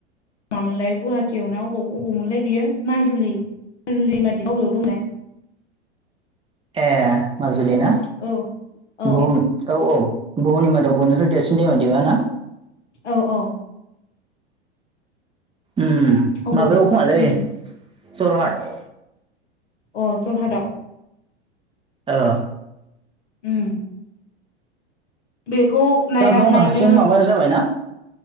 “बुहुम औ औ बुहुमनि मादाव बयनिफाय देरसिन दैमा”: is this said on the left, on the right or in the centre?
Right